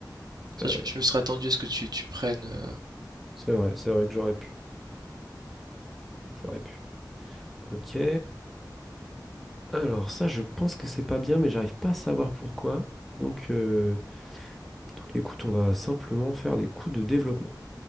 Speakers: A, on the right; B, in the centre.
A: c'est
B: euh,
A: vrai, je je me serais attendu à ce que tu tu prennes, heu
B: c'est vrai, c'est vrai que j'aurais pu. J'aurais pu. Ok. Alors, ça, je pense que c'est pas bien, mais j'arrive pas à savoir pourquoi. Donc, euh, donc écoute, on va simplement faire des coups de développement.